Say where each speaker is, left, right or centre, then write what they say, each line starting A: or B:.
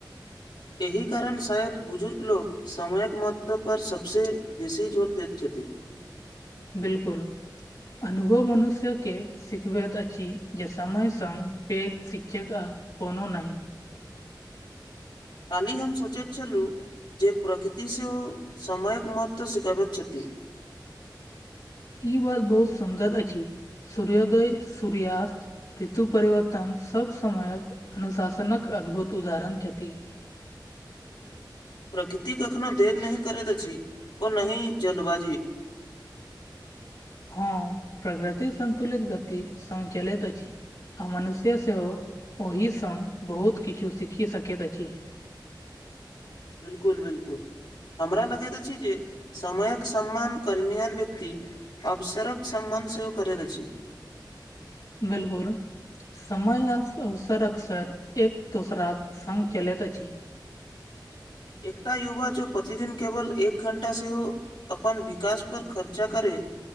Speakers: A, on the left (about 80°); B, on the left (about 55°).
A: एहि कारण शायद बुजुर्ग लोक समयक महत्व पर सबसे बेसी जोर दैत छथि
B: बिल्कुल अनुभव मनुष्यके सिखबैत अछि जे समय संग पैग शिक्षक आ कोनो नहि
A: कल्हि हम सोचैत छलु जे प्रकृति सेहो समयक महत्व सिखाबैत छथि
B: ई बात बहुत सुन्दर अछि सूर्योदय, सूर्यास्त ऋतु परिवर्तन सब समयक अनुशासनक अद्भुत उदाहरण छथि
A: प्रकृति कखनो देर नहि करैत अछि और नहि जल्दबाजी
B: हां प्रकृतिक संतुलित गति संग चलैत अछि मनुष्य सेहो ओहि संग बहुत किछु सीखि सकैत अछि
A: बिल्कुल बिल्कुल हमरा लगैत अछि जे समयक सम्मान करनिहार व्यक्ति अवसरक सम्मान सेहो करैत अछि
B: बिल्कुल समय आ अवसरक‌ अक्सर एक दोसराक संग चलैत अछि
A: एकटा युवा जो प्रतिदिन केवल एक घण्टा सेहो अपन विकास पर खर्चा करे